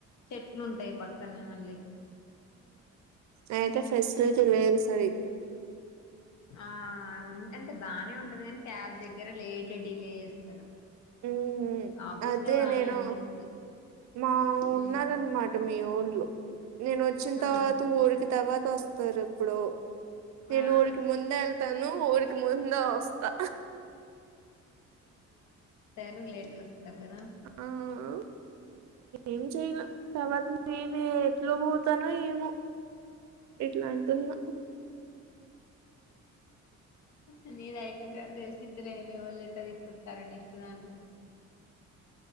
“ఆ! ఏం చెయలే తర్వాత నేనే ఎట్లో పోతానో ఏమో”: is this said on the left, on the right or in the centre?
Right